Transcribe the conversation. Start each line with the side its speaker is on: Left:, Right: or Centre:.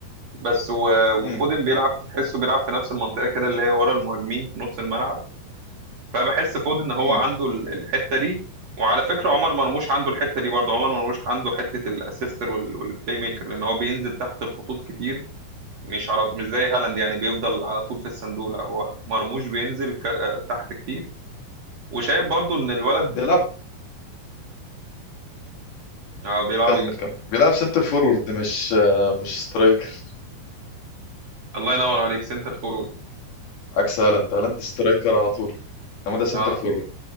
Right: بس و-
Left: امم
Right: وفودن بيلعب تحسه بيلعب في نفس المنطقه كده اللي هي ورا المهاجمين في نص الملعب فبحس فودن ان هو
Left: امم
Right: عنده ال- الحته دي وعلى فكره عمر مرموش عنده الحته دي برضه عمر مرموش عنده حته الاسيستر وال- والبلاي ميكر لان هو بينزل تحت الخطوط كتير مش على مش زي هالاند يعني بيفضل على طول في الصندوق لا هو مرموش بينزل ك- آه، تحت كتير وشايف برضه ان الولد
Left: بيلعب
Right: آه، بيلعب
Left: كمل
Right: ايه
Left: كمل بيلعب سنتر فورورد مش آه، مش سترايكر
Right: الله ينور عليك سنتر فورورد
Left: عكس هالاند هالاند سترايكر على طول انما ده سنتر
Right: اه
Left: فورورد